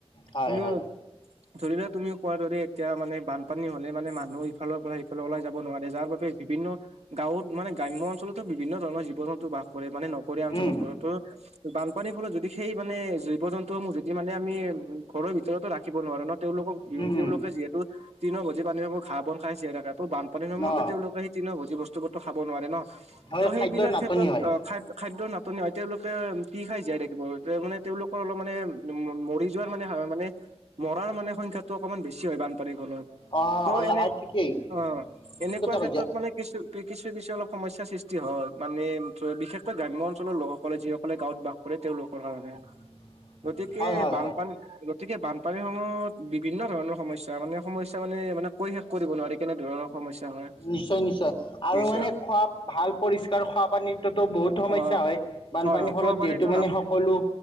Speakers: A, on the left; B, on the right.
A: হয়
B: কিন্তু,
A: হয়
B: ধৰি লোৱা তুমি কোৱাৰ দৰে এতিয়া মানে বানপানী হ'লে মানে মানুহ ইফালৰ পৰা সিফালে ওলাই যাব নোৱাৰে যাৰ বাবে বিভিন্ন গাঁৱত মানে গ্ৰাম্য অঞ্চলতো বিভিন্ন ধৰণৰ জীৱ জন্তু বাস কৰে মানে নগৰীয়া অঞ্চলত
A: উম,
B: কৰে তো বানপানীৰ ফলত যদি সেই মানে জীৱ জন্তুসমূহ যদি মানে আমি ঘৰৰ ভিতৰতো ৰাখিব নোৱাৰো ন। তেওঁলোকক
A: উম,
B: তেওঁলোকে
A: উম,
B: যিহেতু তৃণ ভূজি প্ৰাণী সেইবোৰ ঘাঁহ বন খাই জীয়াই থাকে। ত' বানপানীৰ সময়তো
A: অ,
B: তেওঁলোকে তৃণ ভুজী বস্তুবোৰো খাব নোৱাৰে ন।
A: হয়
B: ত' সেইবিলাক
A: খাদ্যৰ নাটনি
B: ক্ষেত্ৰত
A: হয়।
B: অ' খা খাদ্যৰ নাটনি হয়, তেওঁলোকে কি খাই জীয়াই থাকিব মানে তেওঁলোকৰ অলপ মানে মৰি যোৱাৰ মানে মানে মৰাৰ মানে সংখ্যাটো অকণমান বেছি হয় বানপানীৰ ফলত।
A: অ
B: ত'
A: হয়
B: এনে
A: আৰু ঠিকেই
B: অঁ
A: ঠিক
B: এনেকুৱা
A: কথা
B: ক্ষেত্ৰত
A: কৈছা
B: মানে কিছু কিছু কিছু অলপ সমস্যা সৃষ্টি হয়, মানে বিশেষকৈ গ্ৰাম্য অঞ্চলৰ লোকসকলে যিসকলে গাঁৱত বাস কৰে তেওঁলোকৰ কাৰণে।
A: <inaudible>
B: গতিকে,
A: হয়
B: বানপানী,
A: হয়
B: গতিকে বানপানীৰ সময়ত বিভিন্ন ধৰণৰ সমস্যা মানে সমস্যা মানে মানে কৈ কৰিব নোৱাৰি কেনেধৰণৰ সমস্যা হয়
A: নিশ্চয় নিশ্চয়, আৰু
B: নিশ্চয়
A: মানে খোৱা ভাল পৰিষ্কাৰ খোৱো পানীটোতো বহুত সমস্যা
B: অ'
A: হয়, বানপানীৰ
B: হয় হয়
A: ফলত
B: খোৱা পানীতো
A: যিহেতু মানে
B: নাপ
A: সকলো